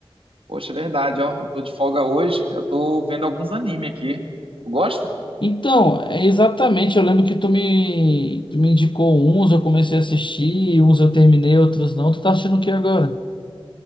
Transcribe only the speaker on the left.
Então, é exatamente, eu lembro que tu me, tu me indicou uns, eu comecei a assistir, uns eu terminei, outros não. Tu tá assistindo o que agora?